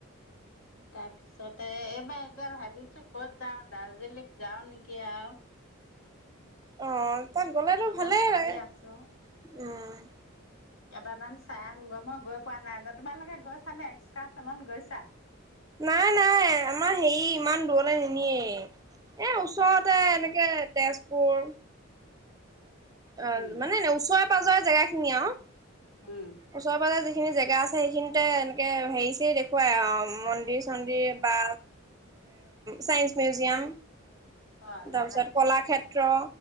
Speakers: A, on the left; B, on the right.
A: তাৰপিছতে এইবাৰ এতিয়া ভাবিছো কত যাওঁ দাৰ্জিলিং যাওঁ নেকি আৰু
B: অ তাত গ'লেতো
A: মনত
B: ভালেই
A: ভাবি
B: লাগে।
A: আছো
B: উম
A: কেইবাৰমান চাই আহোগৈ মই গৈ পোৱা নাই তোমালোকে গৈছা নে এক্সকাৰচনত গৈছা
B: নাই নাই আমাৰ হেৰি ইমান দূৰতে নিনিয়ে এ ওচৰতে এনেকে তেজপুৰ অ
A: উম,
B: মানে নে ওচৰৰে পাজৰে জেগা খিনি আৰু
A: উম,
B: ওচৰ পাজৰে সেইখিনি জেগা আছে সেইখিনিতে এনেকে হেৰি চেৰি দেখুৱাই অ মন্দিৰ চন্দিৰ বা চাইন্স মিউজিয়াম
A: অ', সেইবিলাক
B: তাৰপিছত
A: দেখুৱাই
B: কলাক্ষেত্ৰ